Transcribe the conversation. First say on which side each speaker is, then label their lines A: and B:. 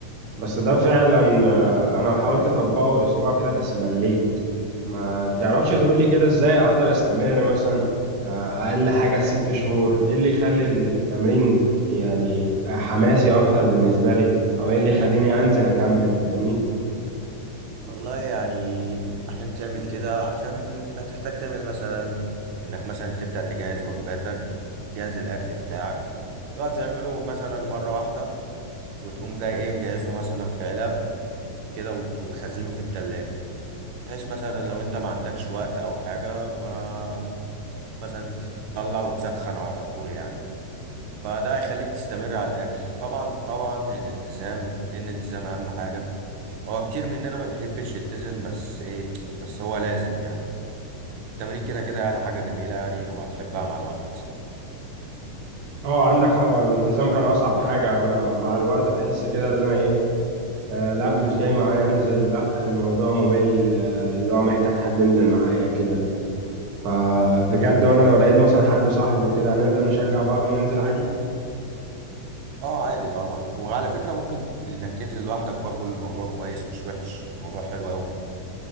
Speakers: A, on the right; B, on the right.
A: بس ده فعلا آه، انا حاولت اطبقه اسبوع كده بس مليت ما تعرفش تقولي كده ازاي اقدر استمر مثلا آه، اقل حاجة ست شهور ايه اللي يخلي ال- التمرين يعني حماسي اكتر بالنسبة لي او ايه اللي يخليني انزل اكمل فاهمني
B: والله يعني عشان تعمل كده عشان ما تحتاج تعمل مثلا إنك مثلا تبدأ تجهز وجباتك جهز الأكل بتاعك بقى تعمله مثلا مرة واحدة وتقوم جاي إيه مجهزه مثلا في علب وكده وت- وتخزنه في التلاجة بحيث مثلا لو انت ما عندكش وقت او حاجة ما مثلا تطلع وتسخن على طول يعني فده هيخليك تستمر على الاكل طبعا طبعا الالتزام لان الالتزام اهم حاجه هو كتير مننا ما بيحبش يلتزم بس ايه بس هو لازم يعني التمرين كده كده يعني حاجه جميله يعني وهتحبها مع الوقت
A: اه عندك حق هو الالتزام كان اصعب حاجة انا مع الوقت بحس كده ان انا ايه آه لا مش جاي معايا انزل لا الموضوع ممل آه اللي هو محتاج حد ينزل معايا كده فبجد وانا لو لقيت مثلا حد صاحبي وكده هنقدر نشجع بعض وننزل عادي
B: اه عادي طبعا وعلى فكره ممكن انك تنزل لوحدك برضو الموضوع كويس مش وحش الموضوع حلو قوي